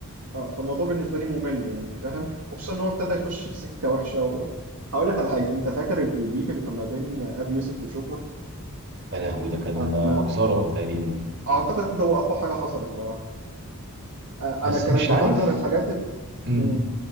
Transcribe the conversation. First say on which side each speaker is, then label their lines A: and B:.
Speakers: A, on the right (about 75°); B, on the right (about 55°).
A: آه، فالموضوع بالنسبه لي ممل يعني فاهم وخصوصا ان هو ابتدى يخش في سكه وحشه و... هقول لك على حاجه انت فاكر ال- البيف اللي كان ما بين ابي يوسف وجوكر
B: يا لهوي ده كان
A: انا
B: مجزرة تقريبا يعني
A: اعتقد هو اقوى حاجه حصلت اه انا
B: بس
A: كانت
B: مش عارف
A: من اكثر الحاجات ال-
B: امم
A: مم.